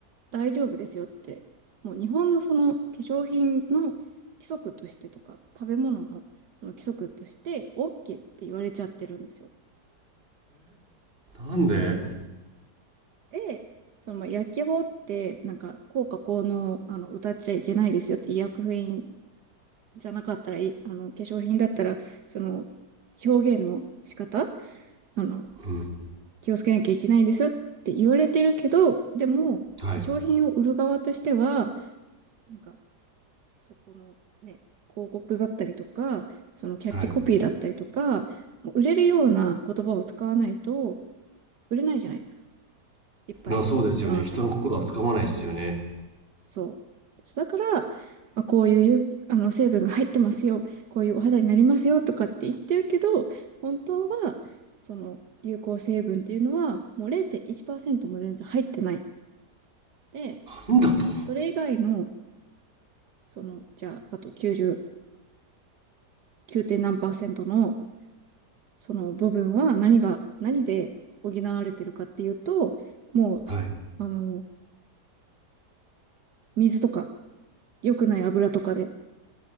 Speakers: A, on the right; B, on the right.
A: 大丈夫ですよって、もう日本のその化粧品の規則としてとか、食べ物のその規則として OK って言われちゃってるんですよ。
B: なんで
A: で、その、まあ、薬機法って、なんか、効果効能、あの、歌っちゃいけないですよって、医薬品じゃなかったら、いあの、化粧品だったら、その、表現の仕方、あの、
B: うん。
A: 気をつけなきゃいけないんですよって言われてるけど、でも、化粧品を売る側としては、
B: はい。
A: なんか、そこのね、広告だったりとか、そのキャッチコピーだったりとか、
B: はい。
A: 売れるような言葉を使わないと、売れないじゃないですか。いっぱい世の中に。
B: な、そうですよね。人の心はつかまないですよね。
A: そう。そうだから、まあ、こういう有あの成分が入ってますよ。こういうお肌になりますよとかって言ってるけど、本当は、その有効成分っていうのは、もう0.1%も全然入ってない。で、
B: なんだと
A: それ以外の、その、じゃあ、あと99点何パーセントの、その部分は何が、何で補われてるかっていうと、もう、
B: はい。
A: あの、水とか、良くない油とかで